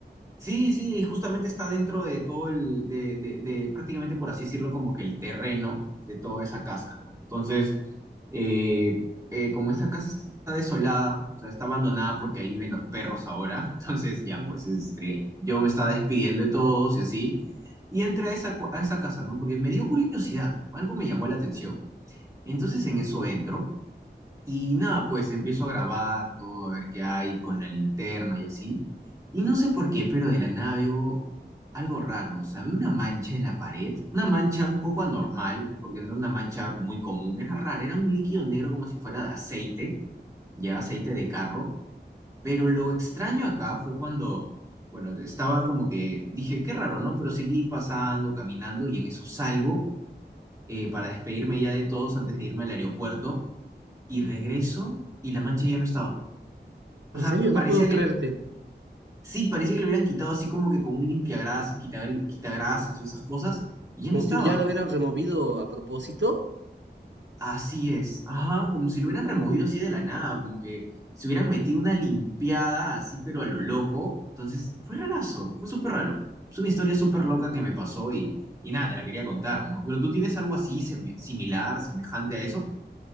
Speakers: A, on the right (about 20°); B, on the right (about 85°).
A: sí, sí, y justamente está dentro de todo el, de, de, de prácticamente por así decirlo, como que el terreno de toda esa casa, ¿no? Entonces, eh, eh, como esta casa está desolada, o sea, está abandonada porque ahí viven los perros ahora, <laughs> entonces ya,
B: Mm.
A: pues este, yo me estaba despidiendo de todos y así, y entré a esa, cu- a esa casa, ¿no? Porque me dio curiosidad, algo me llamó la atención. Entonces en eso entro y nada, pues empiezo a grabar todo, a ver qué hay con la linterna y así. Y no sé por qué, pero de la nada veo algo raro. O sea, veo una mancha en la pared, una mancha un poco anormal, porque no era una mancha muy común, era rara, era un líquido negro como si fuera de aceite, ya aceite de carro. Pero lo extraño acá fue cuando, bueno, estaba como que dije, qué raro, ¿no? Pero seguí pasando, caminando y en eso salgo eh, para despedirme ya de todos antes de irme al aeropuerto y regreso y la mancha ya no estaba.
B: En
A: O sea,
B: serio, no
A: parecía
B: puedo
A: que,
B: creerte.
A: sí, parecía que le hubieran quitado así como que con un limpiagrasas, quitagri- quitagrasas o esas cosas, y ya
B: Como
A: no estaba.
B: si ya lo hubieran removido a propósito.
A: Así es, ajá, como si lo hubieran removido así de la nada, como que se hubieran metido una limpiada así, pero a lo loco. Entonces, fue rarazo, fue súper raro. Es una historia súper loca que me pasó y, y nada, te la quería contar, ¿no? Pero tú tienes algo así, seme- similar, semejante a eso.